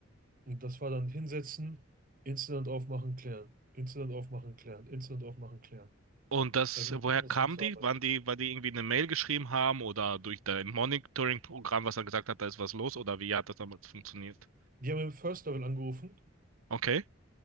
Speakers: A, on the right; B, on the right.
A: und das war dann hinsetzen, Incident aufmachen, klären, Incident aufmachen, klären, Incident aufmachen, klären.
B: Und das,
A: Da ging
B: woher
A: es darum,
B: kamen
A: das abzuarbeiten.
B: die? Waren die, weil die irgendwie eine Mail geschrieben haben oder durch dein Monitoring-Programm, was er gesagt hat, da ist was los? Oder wie hat das damals funktioniert?
A: Die haben im First Level angerufen,
B: Okay,